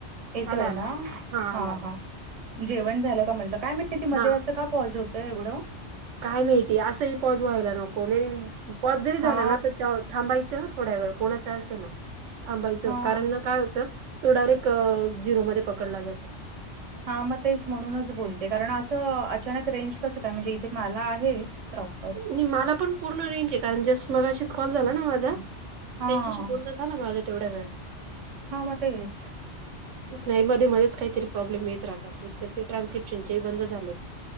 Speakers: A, on the right; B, on the right.
A: येतोय
B: आला आला
A: ना
B: हां
A: हा
B: आला आला
A: हा. जेवण झालं का म्हटलं काय माहिती मध्ये
B: हां
A: असं का पॉज होतं एवढं?
B: काय माहिती असंही पॉज व्हायला नको <unintelligible> पॉज जरी झालं
A: हा
B: ना तर त्या थांबायचं थोड्या वेळ कोणाचा असे ना. थांबायचं
A: हा
B: कारण काय होतं तो डायरेक अ झिरोमध्ये पकडला जातो.
A: हां मग तेच म्हणूनच बोलते कारण असं अचानक रेंज कसं काय म्हणजे इथे मला आहे प्रॉपर
B: नी मला पण पूर्ण रेंज आहे कारण जस्ट मगाशीच कॉल झाला ना माझा त्यांच्याशी
A: हा
B: बोलणं झाला माझं तेवढं वेळ.
A: हा म तेच.
B: तेच नाही मध्ये मध्येच काहीतरी प्रॉब्लेम येत राहतात एक तर ते ट्रान्स्क्रिप्शनचेही बंद झाले.